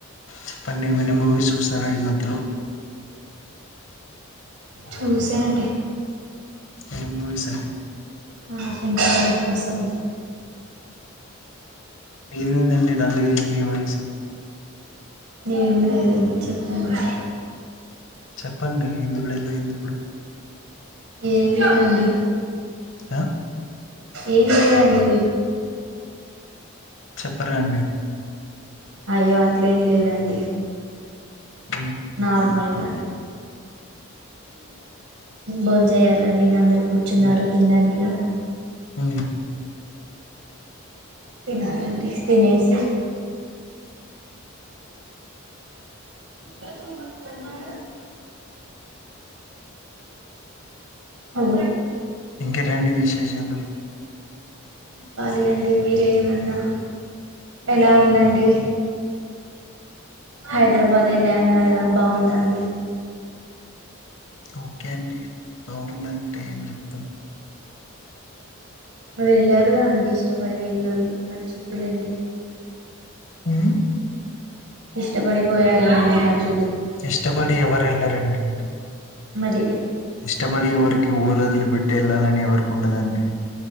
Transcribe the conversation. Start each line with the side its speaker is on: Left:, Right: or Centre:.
Left: చెప్పండి ఏమైనా మూవీ చూస్తారా ఈ మధ్యలో
Right: చూసా అండి
Left: ఏం మూవీస్ అండి
Right: మన శంకర వరప్రసాద్
Left: ఏం అయ్యింది అండి డల్ గా అయ్యింది వాయిస్
Right: ఏం లేదండి చెప్పండి
Left: చెప్పండి ఎందుకు డల్ గా అయ్యింది ఇప్పుడు
Right: ఏం లేదండి
Left: ఆ
Right: ఏం లేదండి
Left: చెప్పరా అండి
Right: అయ్యో అట్లే ఏం లేదండి
Left: ఉమ్
Right: నార్మల్ గానే ఉ బోన్ చేయాలండి ఇంకా అందరు కూర్చున్నారు తినడానికి
Left: ఆ
Right: తినాలండి తినేసి బసు మ ఫోన్ మ హలో
Left: ఇంకేటండి విశేషాలు?
Right: చెప్పాలి అండి మీరే ఏమన్నా, ఎలా ఉందండి?
Left: ఉమ్
Right: హైదరాబాద్ ఎల్లా అన్నారుగా బాగుందా అండి
Left: ఓకె అండి బావుందా అంటే ఏం జెప్తం
Right: వెళ్ళారుగా అండి ఇష్టపడి వెళ్లారు నచ్చుద్ది లేండి
Left: ఆ
Right: ఇష్టపడిపోయారుగా అండి నచ్చుత్
Left: ఇష్టపడి ఎవరెల్లరండి,
Right: మరి
Left: ఇష్టపడి ఎవర్ పెట్టి ఊరోదిలిపెట్టి ఎళ్లాలని ఎవరుకుంటదండి